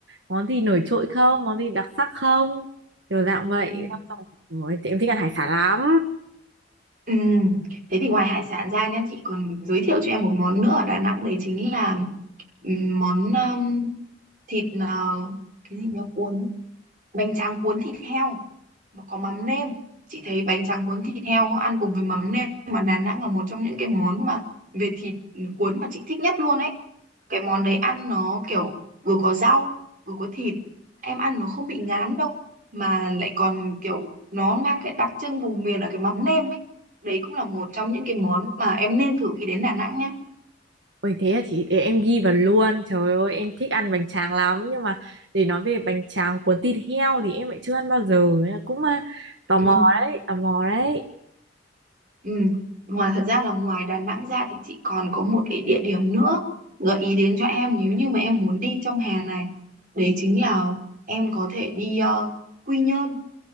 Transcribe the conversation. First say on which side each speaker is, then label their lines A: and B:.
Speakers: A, on the right; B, on the right.
A: món gì nổi trội không, món gì đặc sắc không. Kiểu dạng vậy.
B: Ừ.
A: Xong rồi, ôi, thì em thích ăn hải sản lắm.
B: Ừ. Thế thì ngoài hải sản ra nha, chị còn giới thiệu cho em một món nữa ở Đà Nẵng đấy chính là ừm, món um, thịt ờ, cái gì nhỉ cuốn bánh tráng cuốn thịt heo. mà có mắm nêm chị thấy bánh tráng cuốn thịt heo ăn cùng với mắm nêm mà Đà Nẵng là một trong những cái món mà về thịt cuốn mà chị thích nhất luôn ấy cái món đấy ăn nó kiểu vừa có rau vừa có thịt em ăn nó không bị ngán đâu mà lại còn kiểu nó mang cái đặc trưng vùng miền ở cái mắm nêm ấy đấy cũng là một trong những cái món mà em nên thử khi đến Đà Nẵng nhá
A: Ôi thế là chị để em ghi vào luôn. Trời ơi em thích ăn bánh tráng lắm nhưng mà để nói về bánh tráng cuốn thịt heo thì em lại chưa ăn bao giờ. Nên là Cũng à, tò
B: ừ.
A: mò đấy, tò mò đấy.
B: Ừ. Ngoài thật ra là ngoài Đà Nẵng ra thì chị còn có một cái địa điểm nữa gợi ý đến cho em nếu như mà em muốn đi trong hè này. Đấy chính là em có thể đi ờ, Quy Nhơn,